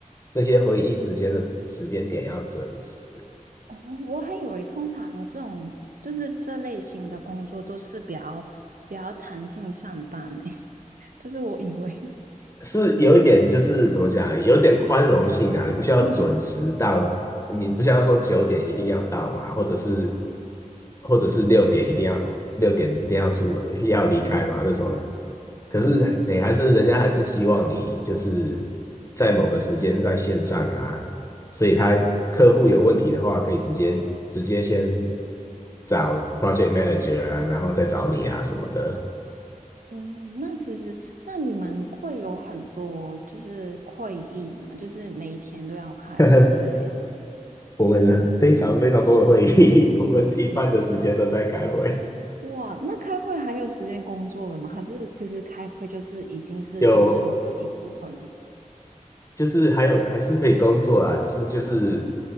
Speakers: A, on the left (about 20°); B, on the right (about 85°).
A: 那些会议时间的时间点要准时。
B: 哦，我还以为通常这种就是这类型的工作都是比较比较弹性上班呢，<laughs> 就是我以为，
A: 是有一点就是怎么讲，
B: 嗯
A: 有点宽容性啊，你不需要准时到，
B: 嗯
A: 你不需要说九点一定要到嘛，或者是或者是六点一定要六点一定要出门要离开嘛那种，可是你还是人家还是希望你就是在某个时间在线上啊，
B: 嗯。
A: 所以他客户有问题的话，可以直接直接先找 project manager 啊，然后再找你啊什么的。
B: 嗯，那其实，那你们会有很多就是会议嘛，就是每一天都要开会之类的嘛？
A: <laughs>
B: <laughs>
A: 我们非常非常多的会议，<laughs>
B: 哇塞，
A: 我们一半的时间都在开会，
B: 哇，那开会还有时间工作的吗？还是其实开会就是已经是工作的一部分了？
A: 有就是还有还是可以工作啦，只是就是